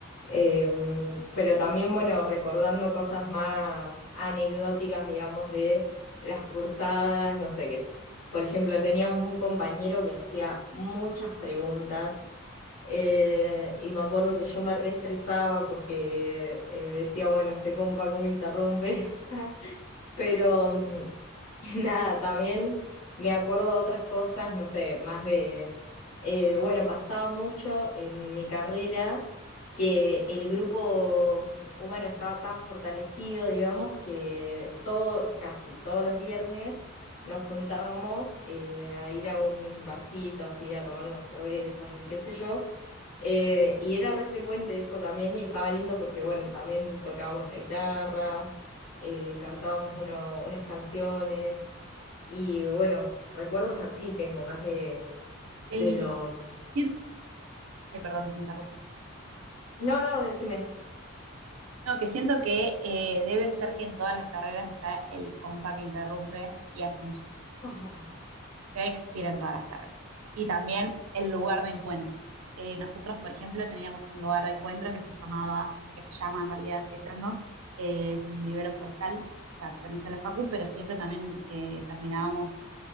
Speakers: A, on the left; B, on the right.
A: Eh, pero también, bueno, recordando cosas más anecdóticas, digamos, de las cursadas, no sé, que, por ejemplo, teníamos un compañero que hacía muchas preguntas eh, y me acuerdo que yo me reestresaba porque eh, decía, bueno, este compa, ¿cómo interrumpe? <laughs> Pero mm, <laughs> Nada, también me acuerdo de otras cosas, no sé, más de, eh, bueno, pasaba mucho en mi carrera que el grupo humano estaba tan fortalecido, digamos, que todo, casi todos los viernes nos juntábamos eh, a ir a un barcito así, a tomar unas cervezas y qué sé yo. Eh, y era re frecuente eso también y estaba lindo porque, bueno, también tocábamos la guitarra, eh, cantábamos uno- unas canciones y, bueno, recuerdos así tengo más de, de
B: Qué lindo.
A: lo...
B: Siento- Ay, perdón, te interrumpí.
A: No, no, decime.
B: No, que siento que eh, debe ser que en todas las carreras está el compa que interrumpe y hace muchas preguntas.
A: <laughs>
B: debe existir en todas las carreras. Y también el lugar de encuentro. Eh, nosotros, por ejemplo, teníamos un lugar de encuentro que se llamaba, que se llama en realidad, sigue estando, eh, es un vivero forestal, o sea, pertenece a la Facu, pero siempre también eh, terminábamos